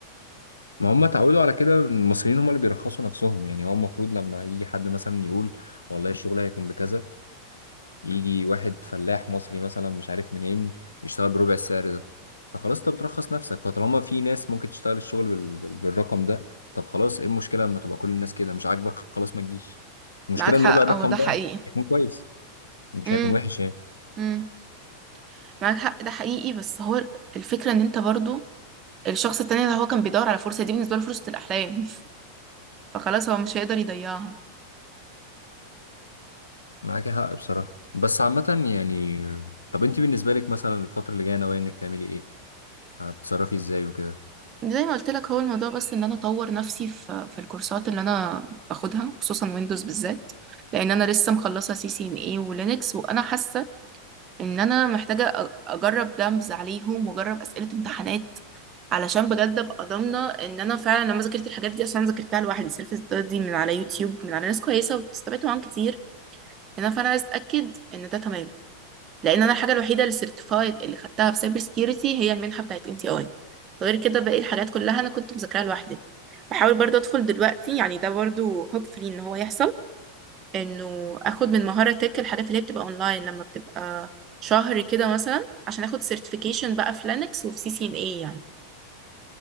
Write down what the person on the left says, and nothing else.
ما هم اتعودوا على كده المصريين هم اللي بيرخصوا نفسهم يعني هو المفروض لما يجي حد مثلا يقول والله الشغل هيكون بكذا يجي واحد فلاح مصري مثلا مش عارف منين يشتغل بربع السعر ده فخلاص انت بترخص نفسك فطالما في ناس ممكن تشتغل الشغل بال... بال- بالرقم ده طب خلاص ايه المشكلة لما تبقى كل الناس كده مش عاجبك خلاص ما تجيش المشكلة
ان ربع الرقم
ده
هيكون كويس مش
هيكون وحش يعني
معاك حق بصراحة بس عامة يعني طب انت بالنسبة لك مثلا الفترة اللي جاية ناوية انك تعملي ايه هتتصرفي ازاي وكده